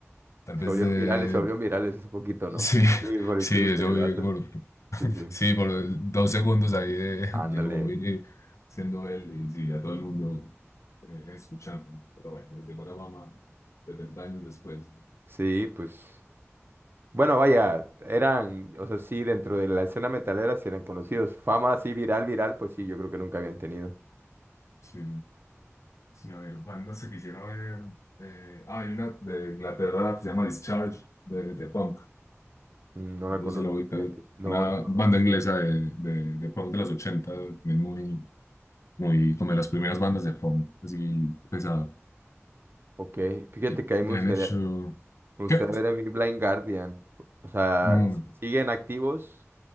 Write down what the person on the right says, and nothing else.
Se
volvieron
virales, se volvieron virales hace poquito, ¿no?
Por
el clip, por el
clip
del vato.
Sí, sí.
Ándale.
Sí, pues. Bueno, vaya, eran, o sea, sí, dentro de la escena metalera sí eran conocidos. Fama así viral, viral, pues sí, yo creo que nunca habían tenido.
Mm, No la
conozco,
fíjate. No,
no, no.
Ok, fíjate
que ahí
me gustaría,
me gustaría
ver a Blind Guardian. O sea,
¿siguen activos?